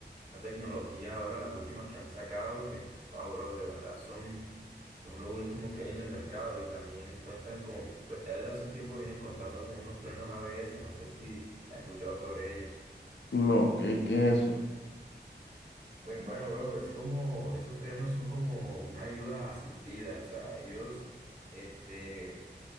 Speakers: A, on the right; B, on the left.
A: una tecnología ahora, las últimas que han sacado, que, wow, bro, de verdad son, son lo último que hay en el mercado y también cuentan con, pues ya desde hace un tiempo vienen contando con unos frenos ABS, no sé si has escuchado sobre ellos.
B: no, qué, qué es eso.
A: Pues bueno, bro, es como, esos frenos son como una ayuda asistida, o sea, ellos, este,